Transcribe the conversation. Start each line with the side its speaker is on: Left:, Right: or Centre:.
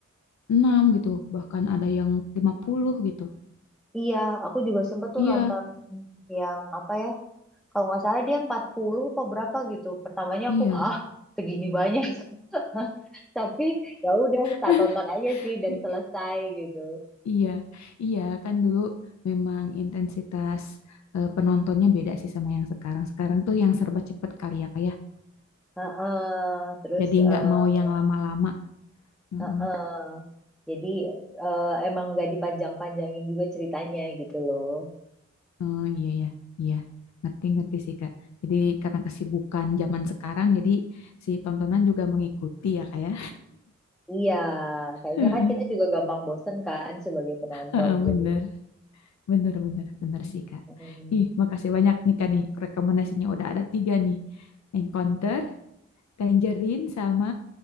Left: enam gitu. Bahkan ada yang 50 gitu.
Centre: Iya, aku juga sempet tuh
Left: Iya,
Centre: nonton yang apa ya Kalau nggak salah dia 40 apa berapa gitu. Pertamanya
Left: iya.
Centre: aku, hah? Segini banyak. <laughs> Tapi ya udah, tak
Left: <laughs>
Centre: tonton aja sih dan
Left: I-
Centre: selesai gitu.
Left: Iya, iya kan dulu memang intensitas eh, penontonnya beda sih sama yang sekarang. Sekarang tuh yang serba cepet kali ya, Kak ya.
Centre: Heeh, terus
Left: Jadi
Centre: eh,
Left: nggak mau yang lama-lama. Mm-mm.
Centre: heeh. Jadi eh, emang nggak dipanjang-panjangin juga ceritanya gitu loh.
Left: Eh, iya ya, iya. Ngerti-ngerti sih Kak. Jadi karena kesibukan zaman sekarang, jadi si tontonan juga mengikuti ya Kak ya.
Centre: Iya, kayaknya
Left: <laughs> Heeh,
Centre: kan kita juga gampang bosen kan sebagai penonton
Left: heeh,
Centre: tuh.
Left: Bener, bener, bener, bener sih Kak.
Centre: Mm.
Left: Ih, makasih banyak nih Kak nih. Rekomendasinya udah ada tiga nih. Encounter, Tangerine, sama